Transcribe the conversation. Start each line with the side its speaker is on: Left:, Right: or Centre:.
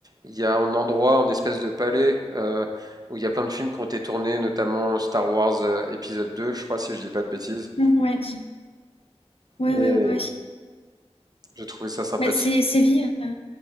Right: Il y a un endroit, une espèce de palais, euh, où il y a plein de films qui ont été tournés, notamment Star Wars euh, épisode 2, je crois, si je dis pas de bêtises.
Left: Ouais, ouais,
Right: Et
Left: ouais, ouais.
Right: j'ai trouvé ça sympathique.
Left: Bah, c'est Séville. euh,